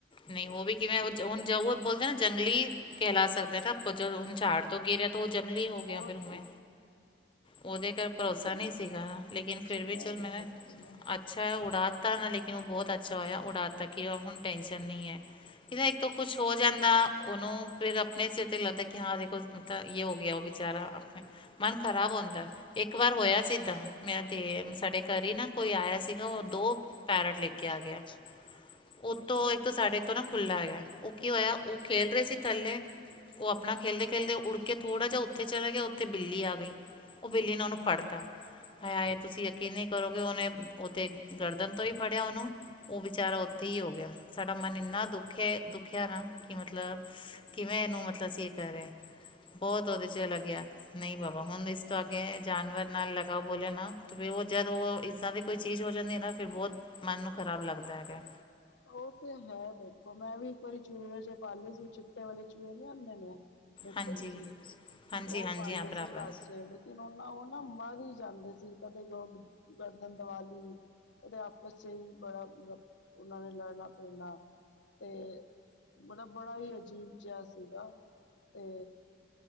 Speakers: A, on the left; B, on the left.
A: ਨਹੀਂ ਉਹ ਵੀ ਕਿਵੇਂ ਹੁਣ, ਜ ਉਹ ਬੋਲਦੇ ਨਾ ਜੰਗਲੀ ਕਹਿਲਾ ਸਕਦੇ ਨਾ, ਅਪ ਜ ਹੁਣ ਝਾੜ ਤੋਂ ਗਿਰਿਆ ਓ ਜੰਗਲੀ ਹੋ
B: ਹੋਰ
A: ਗਿਆ ਫਿਰ ਹੂ
B: ਕੀ
A: ਮੈਂ ਉਹਦੇ ਘਰ ਭਰੋਸਾ
B: ਕੀ-
A: ਨਹੀਂ ਸੀਗਾ, ਲੇਕਿਨ
B: ਕੁਛ
A: ਫਿਰ
B: ਕਹਿ
A: ਵੀ ਚਲ
B: ਨਹੀਂ
A: ਮੈਂਹਾ
B: ਸਕਦੇ ਨਾ
A: ਅੱਛਾ ਐ ਉਡਾ ਤਾ ਨਾ, ਲੇਕਿਨ ਉਹ ਬਹੁਤ ਅੱਛਾ ਹੋਇਆ ਉਡਾ ਤਾ ਕੀਆ ਹੁਣ ਟੈਨਸ਼ਨ ਨੀ ਐ। ਦਾ ਇੱਕ ਤੋਂ ਕੁਛ ਹੋ ਜਾਂਦਾ ਉਹਨੂੰ, ਫਿਰ ਆਪਣੇ ਸਿਰ ਤੇ ਲੱਗਦਾ ਕਿ, ਹਾਂ ਵੇਖੋ ਤਾਂ ਯੇ ਹੋ ਗਿਆ ਉਹ ਬੇਚਾਰਾ, ਆਪਨਾ ਮਨ ਖ਼ਰਾਬ ਹੋਂਦਾ ਇੱਕ ਵਾਰ ਹੋਇਆ ਸੀ ਇਦਾਂ, ਮੇਰਾ ਦੇ ਸਾਡੇ ਘਰ ਈ ਨਾ ਕੋਈ ਆਇਆ ਸੀਗਾ, ਉਹ ਦੋ ਪੈਰਟ ਲੇਕੇ
B: ਅੱਛਾ
A: ਆ ਗਿਆ ਸੀ। ਉਤੋਂ ਇੱਕ ਸਾਡੇ ਤੋਂ ਨਾ ਖੁੱਲਾ ਹੈਗਾ, ਉਹ ਕੀ ਹੋਇਆ ਉਹ ਖੇਲ ਰਹੇ ਸੀ ਥੱਲੇ ਉਹ ਆਪਣਾ ਖੇਲਦੇ-ਖੇਲਦੇ ਉੜ ਕੇ ਥੋੜਾ ਜਿਹਾ ਉੱਥੇ ਚਲਾ ਗਿਆ, ਉੱਥੇ ਬਿੱਲੀ ਆ ਗਈ। ਉਹ ਬਿੱਲੀ ਨੇ ਉਹਨੂੰ ਫੜਤਾ ਹਾਏ-ਹਾਏ, ਤੁਸੀਂ ਯਕੀਨ ਨੀ ਕਰੋਗੇ, ਓਨੇ ਓ ਤੇ ਗਰਦਨ ਤੋਂ ਈ ਫੜਿਆ ਓਨੂੰ ਉਹ ਵਿਚਾਰਾ ਉੱਥੇ ਈ ਹੋ ਗਿਆ, ਸਾਡਾ ਮਨ ਇੰਨਾ ਦੁਖੇ ਦੁਖਿਆ ਨਾ, ਕਿ ਮਤਲਬ ਕਿਵੇਂ ਇਹਨੂੰ ਮਤਲਬ ਅਸੀਂ ਇਹ ਕਹ ਰਹੇ, ਬਹੁਤ ਉਹਦੇ 'ਚ ਐ ਲੱਗਿਆ ਨਹੀਂ ਬਾਬਾ
B: ਉਹ
A: ਹੁਣ
B: ਤੇ
A: ਇਸ
B: ਹੈ
A: ਐ ਜਾਨਵਰ ਨਾਲ ਲਗਾ ਬੋਲਿਆ ਨਾ ਤੇ ਫਿਰ ਉਹ ਜਦ ਉਹ ਇਦਾਂ ਦੀ ਕੋਈ ਚੀਜ਼ ਹੋ ਜਾਂਦੀ ਏ ਨਾ, ਫਿਰ ਬਹੁਤ ਮਨ ਨੂੰ ਖ਼ਰਾਬ ਲੱਗਦਾ ਹੈਗਾ।
B: ਉਹ ਤੇ ਹੈ ਦੇਖੋ, ਮੈਂ ਵੀ ਇੱਕ ਵਾਰੀ ਚੂਹੇ ਜੇ ਪਾਲੇ ਸੀ, ਉਹ ਚਿੱਟੇ ਵਾਲੇ ਚੂਹੇ ਨੀ ਆਉਂਦੇ ਨੇ। ਦੇਖੇ
A: ਹਾਂਜੀ
B: ਤੁਸੀਂ
A: ਹਾਂਜੀ
B: ਤੇ ਉਹ
A: ਹਾਂਜੀ
B: ਪਾਲੇ
A: ਹਾਂ ਬਰਾਬਰ
B: ਸੀ ਘਰ 'ਚ ਲੇਕਿਨ ਉਹਨਾਂ ਉਹ ਨਾ ਮਰ ਈ ਜਾਂਦੇ ਸੀ, ਕਦੇ ਜੋ ਗਰਦਨ ਦਵਾਲੀ, ਕਦੇ ਆਪਸ 'ਚ ਹੀ ਬੜਾ ਮਤ ਉਹਨਾਂ ਨੇ ਲੜਨਾ ਪੈਂਣਾ ਤੇ ਬੜਾ-ਬੜਾ ਹੀ ਅਜੀਬ ਜਿਹਾ ਸੀਗਾ। ਤੇ